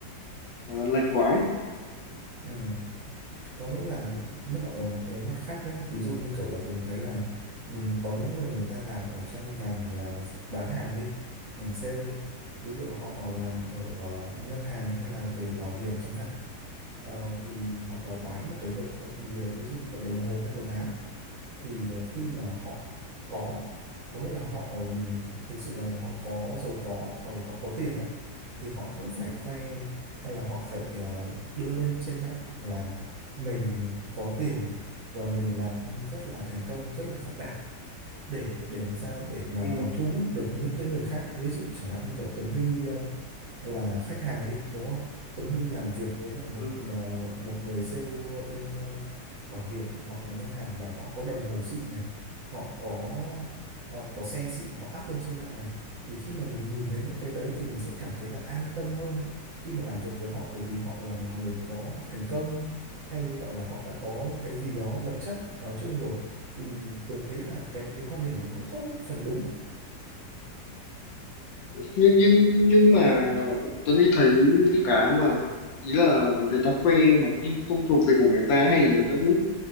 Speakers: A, on the left; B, on the right.
A: ờ, ờ, lệch quá ấy.
B: Ừ. có nghĩa là nhưng mà ở một cái mặt khác nhá ví dụ như kiểu là Tường thấy là ừm, có những người người ta làm ở trong ngành ờ, bán hàng đi ngành sale đi ví dụ họ làm ở ờ, ngân hàng hay là về bảo hiểm chẳng hạn Ờ, thì hoặc là bán một cái vật dụng gì đấy ví dụ như kiểu đồng hồ hay quần áo thì ờ, khi mà họ có có nghĩa là họ ừm, thực sự là họ có giàu có ấy, hoặc là họ có tiền á thì họ cũng phải khoe hay là họ phải ờ, đưa lên trên mạng là mình có tiền và mình làm ăn rất là thành công rất là phát đạt để để làm sao để mà
A: ừ.
B: còn thu hút được những cái người khác ví dụ chẳng hạn như kiểu Tuấn Huy um, là khách hàng đi đúng không? Tuấn Huy làm việc với lại một
A: ừ.
B: ờ, một người sale bên ờ, bảo hiểm hoặc là ngân hàng mà họ có đồng hồ xịn này, họ có ờ, có xe xịn họ up lên trên mạng này thì khi mà mình nhìn thấy những cái đấy thì mình sẽ cảm thấy là an tâm hơn khi mà làm việc với họ bởi vì họ là một người có thành công hay gọi là họ đã có những cái gì đó vật chất nói chung rồi thì Tường thấy là cái cái quan điểm đấy cũng có một phần đúng.
A: nhưng nhưng nhưng mà Tuấn Huy thấy những cái mà ý là người ta khoe mà không, không thuộc về của người ta hay là người ta cứ